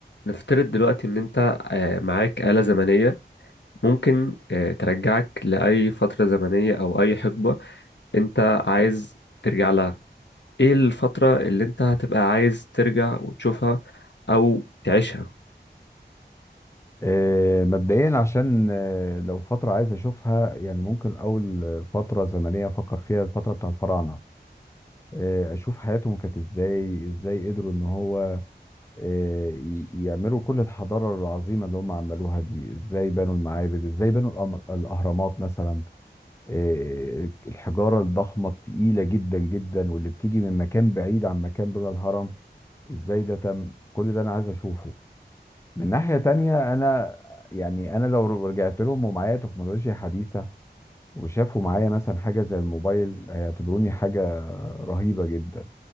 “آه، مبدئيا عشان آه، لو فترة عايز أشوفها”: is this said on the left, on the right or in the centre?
Left